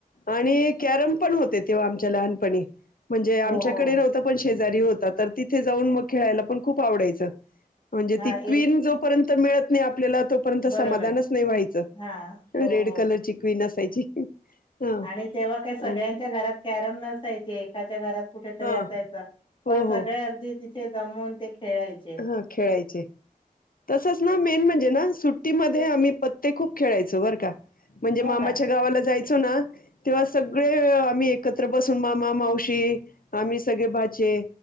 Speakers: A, on the left; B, on the left.
A: आणि कॅरम पण होते तेव्हा आमच्या लहानपणी म्हणजे आमच्याकडे
B: हो हो.
A: नव्हत ण शेज होता तिथे जाऊन मग खेयला पण खूप आवडाय म्हणजे
B: हा
A: त क्न
B: एक
A: र्य मिळत नाही आपल्याला तोपर्यंत
B: बरोबर
A: समाधानच नाही व्हायचं
B: हा हो
A: रेड
B: हो.
A: कलरची क्वीन असायची हा
B: आणि तेव्हा काय सगळ्यांच्या
A: आणि
B: घरात कॅरम नसायचे एकाच्या घरात कुठेतरी
A: हा
B: असायच पण
A: हो
B: सगळे
A: हो
B: अगदी तिथे जमून ते खेळायच
A: हा खेळायचे ना मेन म्हणजे ना सुट्टीमध्ये आम्ही पत्ते खूप खेळायचो बरं का म्हणजे
B: हो
A: मामाच्या
B: का
A: गावाला जायचं ना तेव्हा सगळे आम्ही एकत्र बसून मामा मावशी आम्ही सगळे भाचे